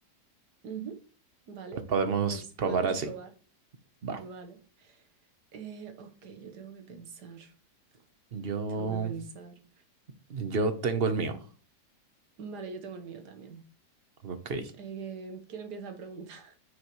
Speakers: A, on the right (about 80°); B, on the right (about 40°).
A: Ujú, Vale,
B: Pues podemos
A: pues
B: probar
A: podemos
B: así.
A: probar.
B: Va.
A: Vale. Eh, ok, yo tengo que pensar. <laughs>
B: Yo,
A: Tengo que pensar.
B: yo tengo
A: Mm,
B: el mío.
A: Vale, yo tengo el mío también.
B: Ok.
A: Eh, ¿quién empieza a preguntar?